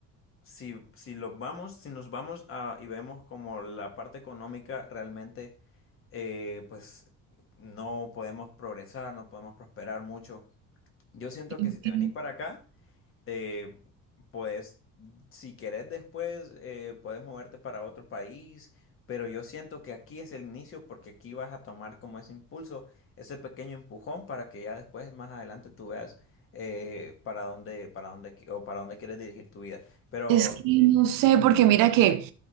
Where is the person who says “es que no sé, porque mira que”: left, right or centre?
Right